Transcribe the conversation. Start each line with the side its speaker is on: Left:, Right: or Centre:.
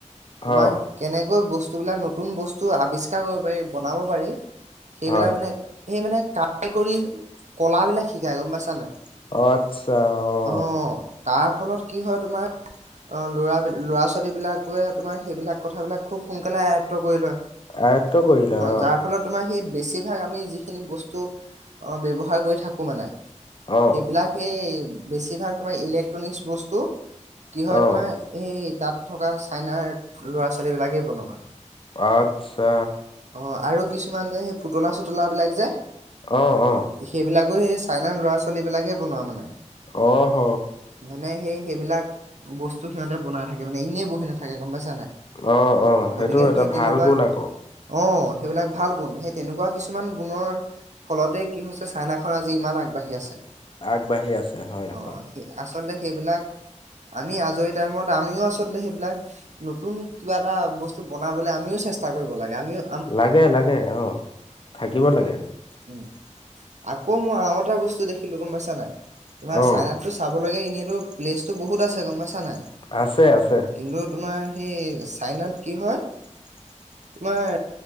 Right: তোমাৰ
Left: অ',
Right: কেনেকৈ বছ। বস্তুবিলাক নতুন বস্তু আৱিষ্কাৰ কৰিব পাৰি বনাব পাৰি সেইবিলাক
Left: হয়
Right: মানে সেই মানে। <unintelligible> কৰি কলাবিলাক শিকাই গম পাইছা নে নাই।
Left: আচ্ছা অহ,
Right: অ তাৰ ফলত কি হয় তোমাৰ। অ ল'ৰা ল'ৰা-ছোৱালী বিলাকে তোমাৰ সেইবিলাক কথাবিলাক খুব সোনকালে আয়ত্ব কৰি লয়।
Left: আয়ত্ব কৰিলে অ।
Right: যাৰ ফলত তোমাৰ সেই বেছিভাগ আমি যিখিনি বস্তু ব্যৱহাৰ কৰি থাকোঁ মানে।
Left: অ',
Right: সেইবিলাক সেই বেছিভাগ তোমাৰ ইলেক্ট্ৰনিক বস্তু। কি
Left: অ',
Right: হয় তোমাৰ এই তাত থকা চাইনাৰ ল'ৰা ছোৱালী বিলাকেই বনোৱা।
Left: আচ্ছা।
Right: অ আৰু কিছুমান যে সেই পুতলা চুতলা বিলাক যে।
Left: আহ আহ
Right: সেইবিলাকো সেই চাইনাৰ ল'ৰা ছোৱালী বিলাকে বনোৱা মানে।
Left: অহ হ।
Right: মানে সেই সেইবিলাক বস্তু সিহঁতে বনাই থাকে মানে ইনে বহি নাথাকে। গম পাইছা নাই
Left: অ'অ সেইটো
Right: গতিকে
Left: এটা
Right: সেই তেনেকুৱা
Left: ভাল গুণ আকৌ।
Right: অ', সেইবিলাক ভাল গুণ সেই তেনেকুৱা কিছুমান গুণৰ ফলতে কি হৈছে চাইনাখনন আজি ইমান আগবাঢ়ি আছে।
Left: আগবাঢ়ি আছে হয়'হয়।
Right: অ সেই আচলতে সেইবিলাক আমি আজৰি টাইমত আমিও আচলতে সেইবিলাক নতুন কিবা এটা বস্তু বনাবলৈ আমিও চেষ্টা কৰিব লাগে আমি
Left: লাগে লাগে অ থাকিব লাগে।
Right: উম আকৌ মই আৰু এটা বস্তু দেখিলো গম পাইছা নাই তোমাৰ
Left: অ',
Right: চাইনাততো চাব লগা এনেই কিটো প্লেচ টো বহুত আছে গম পাইছা নাই
Left: আছে, আছে
Right: কিন্তু তোমাৰ সেই চাইনাত কি হয় তোমাৰ।